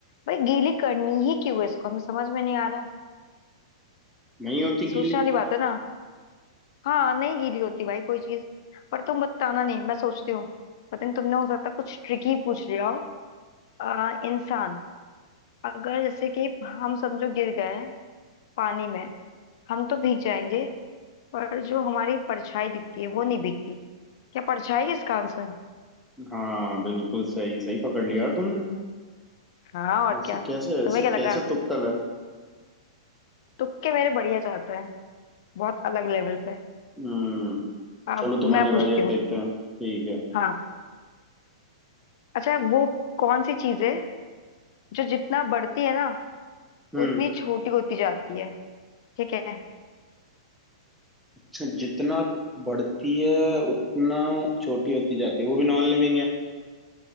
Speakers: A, on the left; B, in the centre.
A: भाई गीली करनी ही क्यों है इसको हमें समझ में नहीं आ रहा है।
B: नहीं होती
A: सोचने
B: गीली
A: वाली बात है ना हाँ नहीं गीली होती भाई कोई चीज पर तुम बताना नहीं मैं सोचती हूँ पता नहीं तुमने हो सकता है कुछ ट्रिकी पूछ लिया हो आ, इंसान अगर जैसे कि हम समझो गिर गए पानी में हम तो भीग जाएंगे पर जो हमारी परछाई दिखती है वो नहीं भीगती क्या परछाई है इसका आंसर
B: हाँ बिल्कुल सही सही पकड़ लिया यार तुमने
A: हाँ और
B: ऐसे
A: क्या
B: कैसे ऐसे
A: तुम्हें क्या लगा
B: कैसे तुक्कल है
A: तुक्के मेरे बढ़िया जाता है बहुत अलग लेवल पे
B: हम्म
A: अब
B: चलो तुम्हारी
A: मैं पूछती
B: बारी अब
A: हूँ
B: देखते हैं ठीक है
A: हाँ अच्छा वो कौन सी चीज है जो जितना बढ़ती है ना
B: हम्म
A: उतनी छोटी होती जाती है ठीक है
B: अच्छा जितना बढ़ती है उतना छोटी होती जाती है वो भी नॉन लिविंग है